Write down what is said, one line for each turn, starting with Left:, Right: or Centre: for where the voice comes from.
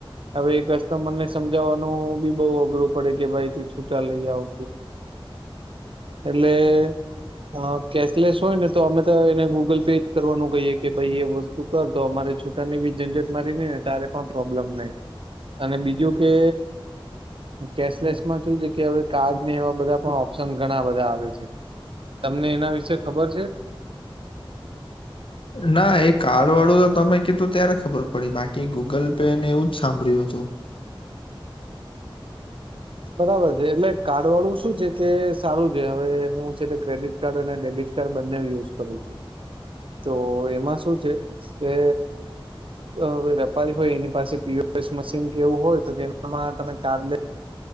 Right: હવે એ કસ્ટમર ને સમજાવવાનું બી બઉુ અઘરું પડે કે ભાઈ તું છૂટા લઈ આવ. એટલે. હ કેશલેસ હોય ને તો અમે તો એને ગૂગલ પે જ કરવાનું કહીએ કે ભાઈ એ વસ્તુ કર તો અમારે છૂટાની બી જનઝટ મારી નહી ને તારે પણ પ્રોબ્લેમ નઈ. અને બીજું કે. કેશલેસમાં શું છે કે હવે કાર્ડ ને એવા બધા પણ ઓપ્શન ઘણા બધા આવે છે. તમને એના વિશેે ખબર છે.
Left: ના એ કાર્ડ વાળું તો તમે કીધું ત્યારે ખબર પડી બાકી ગૂગલ પેને એવું જ સાંભળ્યું હતું.
Right: બરાબર છે એટલે કાર્ડ વાળું શું છે કે સારું છે હવે હું છે તે ક્રેડિટ કાર્ડ અને ડેબિટ કાડૅ બંને યુઝ કરું છું તો એમાં શું છે કે અ વેપારી હોય એની પાસે પીએસ મશીન કેવું હોય તો તેમાં તમે કાડૅ લે.